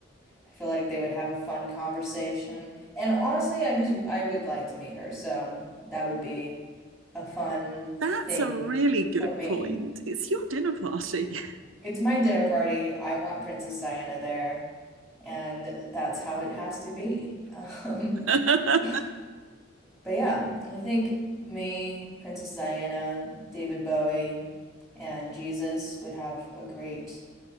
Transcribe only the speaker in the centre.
I feel like they would have a fun conversation. And honestly, I just I would like to meet her, so that would be a fun
thing
for me.
It's my dinner party. I want Princess Diana there, and that's how it has to be. Um,
<laughs> but yeah, I think me, Princess Diana, David Bowie, and Jesus would have a great